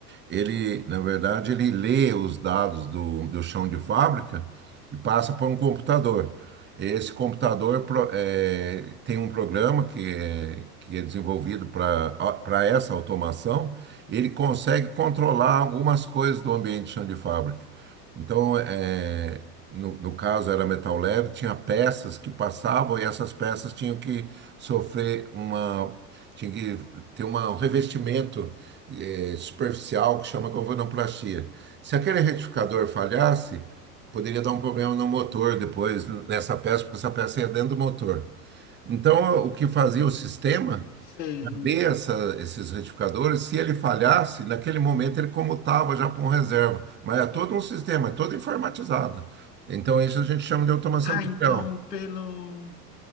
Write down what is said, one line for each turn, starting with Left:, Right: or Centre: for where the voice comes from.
Right: ele, na verdade, ele lê os dados do, do chão de fábrica e passa para um computador. Esse computador pro- eh, tem um programa que é, que é desenvolvido para para essa automação. Ele consegue controlar algumas coisas do ambiente de chão de fábrica. Então, eh, no, no caso era metal leve, tinha peças que passavam e essas peças tinham que sofrer uma, tinha que ter uma- um revestimento eh, superficial que chama galvanoplastia. Se aquele retificador falhasse, poderia dar um problema no motor depois, nessa peça, porque essa peça ia dentro do motor. Então, o que fazia o sistema,
Left: Sei.
Right: ver essa, esses retificadores, se ele falhasse, naquele momento ele comutava já para um reserva. Mas é todo um sistema, é todo informatizado. Então, isso a gente chama de automação
Left: Ah,
Right: industrial,
Left: então pelo,